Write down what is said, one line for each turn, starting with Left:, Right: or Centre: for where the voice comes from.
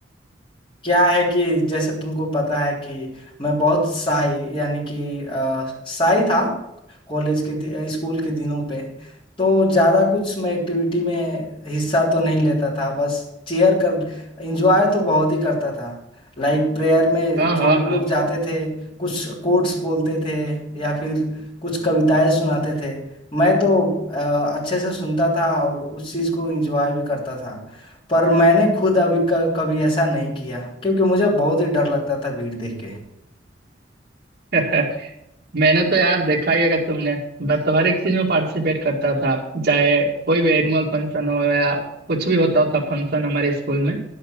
Left: क्या है कि जैसे तुमको पता है कि मैं बहुत साई यानी कि अ, साई था कॉलेज के दि- स्कूल के दिनों पे तो ज़्यादा कुछ मैं एक्टिविटी में हिस्सा तो नहीं लेता था बस चेयर कर एंजॉय तो बहुत ही करता था लाइक प्रेयर में
Right: हाँ
Left: जो
Right: हाँ
Left: भी
Right: हाँ
Left: लोग जाते थे कुछ कोट्स बोलते थे या फिर कुछ कविताएं सुनाते थे मैं तो अ, अच्छे से सुनता था और उस चीज़ को एंजॉय भी करता था पर मैंने खुद अभी क- कभी ऐसा नहीं किया क्योंकि मुझे बहुत ही डर लगता था भीड़ देख के
Right: <laughs> मैंने तो यार देखा ही अगर तुमने मैं तो हर एक चीज में पार्टिसिपेट करता था चाहे कोई भी एनुअल फंक्शन हो या कुछ भी होता था फंक्शन हमारे स्कूल में